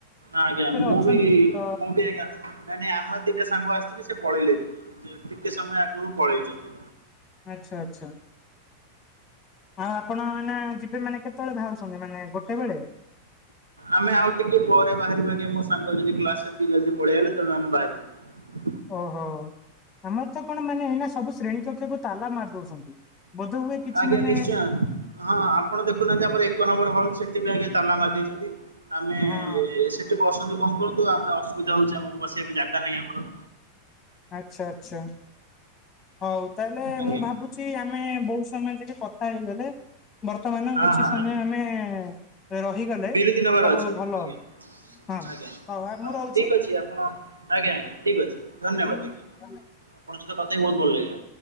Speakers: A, on the right (about 75°); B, on the left (about 20°).
A: ଆଜ୍ଞା ମୁଁ
B: ଅଛନ୍ତି
A: ବି
B: ତ
A: ମୁଁ ବି ଆଜ୍ଞା ନା ନାଇ ଆମର ଦିଟା ସାଙ୍ଗ ଆସିଥିଲି । ସେ ପଳେଇଲେଣି, ସେ କେତେ ସମୟ ଆଗରୁ ପଳେଇଛନ୍ତି।
B: ଆଚ୍ଛା-ଆଚ୍ଛା। ଆଉ ଆପଣ ଏଇନା ଯିବେ ମାନେ କେତେବେଳେ ବାହାରୁଛନ୍ତି ମାନେ ଗୋଟେ ବେଳେ?
A: ଆମେ ଆଉ ଟିକେ ପରେ ବାହାରିବା। ଆଜ୍ଞା ମୋ ସାଙ୍ଗ ହେଇକି ଯଦି କ୍ଲାସ କରିକିି ପଳେଇ ଆଇଲେ ତେଣୁ ଆମେ ବାହାରିିଯିବୁ।
B: ଓହୋଃ ଆମର ତ କଣ ମାନେ ଏଇନା ସବୁ ଶ୍ରେଣୀ କକ୍ଷକୁ ତାଲା ମାରି ଦଉଛନ୍ତି। ବୋଧ ହୁଏ କିଛି
A: ଆଜ୍ଞା
B: ମାନେ
A: ନିଶ୍ଚୟ ହଁ ଆପଣ ଦେଖୁନାହାନ୍ତି ଆମର ଏଇ ଏକ ନମ୍ବର ହଲ୍ ସେଥିପାଇଁକି ତାଲା ମାରିଦେଇଛନ୍ତି। ଆମେ
B: ହଁ
A: ସେଠି ବସନ୍ତୁ କଣ କରନ୍ତୁ ଆମେ ଅସୁବିଧା <inaudible> ହେଉଛି ଆମକୁ ବସିବା ପାଇଁ ଜାଗା ନାହିଁ ଆମର।
B: ଆଚ୍ଛା-ଆଚ୍ଛା ହଉ ତାହେଲେ
A: ଆଜ୍ଞା
B: ମୁଁ ଭାବୁଛି ଆମେ ବହୁତ୍ ତମେ ଯେଗେ କଥା ହେଇଗଲେ ବର୍ତ୍ତମାନ
A: ହଁ
B: କିଛି
A: ହଁ
B: ସମୟ
A: ଆଜ୍ଞା
B: ଆମେ ରହିଗଲେ
A: ବିରତି ନେବାର
B: ସବୁ
A: ଅଛି
B: ଭଲ
A: ଆଜ୍ଞା
B: ହବ। ହଁ
A: ଆଜ୍ଞା।
B: ହଉ <inaudible> ମୁଁ ରହୁଛି।
A: ଠିକ୍ ଅଛି ଆପଣ ଆଜ୍ଞା ଆଜ୍ଞା ଠିକ୍ ଅଛି ଧନ୍ୟବାଦ
B: ହ
A: ଆଜ୍ଞା। <unintelligible> ବହୁତ ଭଲ ଲାଗିଲା।